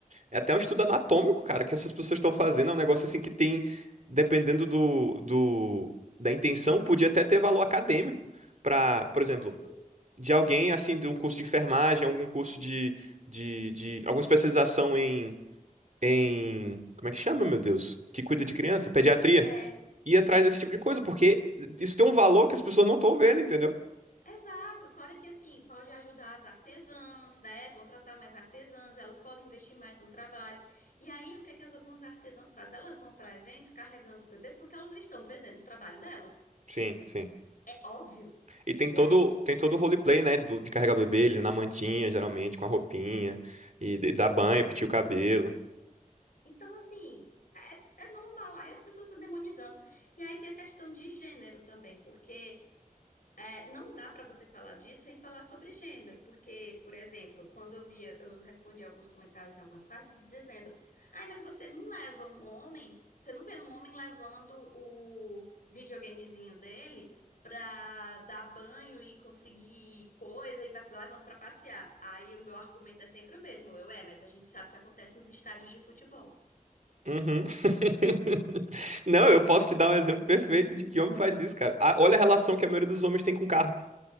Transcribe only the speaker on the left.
Hum?
É,
sim.
Exato, fora que assim, pode ajudar as artesãs, né? Contratar mais artesãs, elas podem investir mais no trabalho. E aí, o que é que as algumas artesãs fazem? Elas vão para eventos carregando os bebês porque elas estão vendendo o trabalho delas.
É óbvio.
E
aí,
assim,
então assim, é, é normal. Aí as pessoas estão demonizando. E aí tem a questão de gênero também, porque É, não dá para você falar disso sem falar sobre gênero, porque, por exemplo, quando eu via, eu respondi alguns comentários em algumas partes dizendo: Ai, mas você não leva um homem, você não vê um homem levando o videogamezinho dele pra dar banho e conseguir coisa e vai levando pra passear. Aí o meu argumento é sempre o mesmo: eu, é, mas a gente sabe o que acontece nos estádios de futebol.